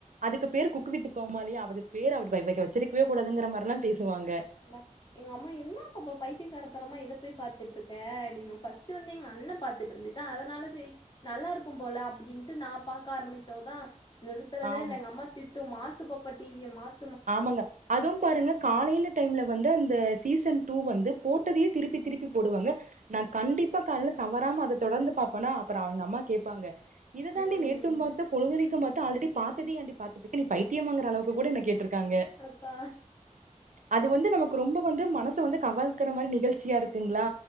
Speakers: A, on the right; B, on the left.
A: அதுக்கு பேர் குக்குவித்து கோமாளி அதுக்கு பேரு அப்படி வெ வ வெச்சிருக்கவே கூடாதுங்கற மாரிலா பேசுவாங்க
B: எ எங்க அம்மா என்ன பாப்பா பைத்திக்காரத்தனமா இத போய் பாத்துட்டுருக்க அப்படிங் ஃபர்ஸ்ட் வந்து எங்க அண்ண பா த்துட்டுருந்துச்சா அதனால சேரி நல்லாருக்கும் போல அப்படின்ட்டு நா பாக்க ஆரம்பிக்கவு தா நிறுத்துறதே
A: ஆமா
B: இல்ல எங்க அம்மா திட்டு மாத்து பாப்பா டிவிய மாத்
A: ஆமாங்க அதுவு துவு பாருங்க காலையில டைம்ல வந்து அந்த சீசன் டூ வந்து போட்டதையே திருப்பி திருப்பி போடுவாங்க நா கண்டிப்பா கால்ல தவறாம அத தொடர்ந்து பாப்பன்னா அப்புறே அவுங்க அம்மா கேப்பாங்க இத தாண்டி
B: ம்
A: நேத்து பாத்த பொழுதணைக்கு பாத்த ஆல்ரெடி பாத்ததே ஏண்டி பாத்துட்ருக்க நீ பைத்தியமாங்கற அளவுக்கு கூட என்ற கேட்ருக் க
B: அதா
A: அதுவு வந்து நமக்கு ரொம்ப வந்து மனச வந்து கவர்கற மாரி நிகழ்ச்சியா இருக்குங்களா